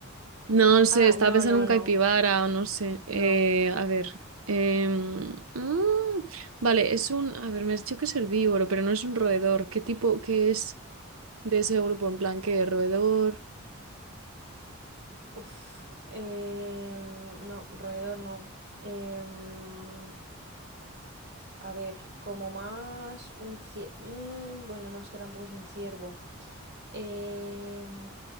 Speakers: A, on the right; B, on the right.
A: No, no sé,
B: Ah,
A: estaba
B: no,
A: pensando
B: no,
A: en
B: no.
A: un caipibara o no sé.
B: No.
A: Eh, a ver. em, mm, vale, es un. A ver, me has dicho que es herbívoro, pero no es un roedor. ¿Qué tipo, qué es de ese grupo? En plan, ¿qué roedor?
B: Uf, em, no, roedor no. Em, a ver, como más un ciervo. bueno, no, es que tampoco es un ciervo. Em,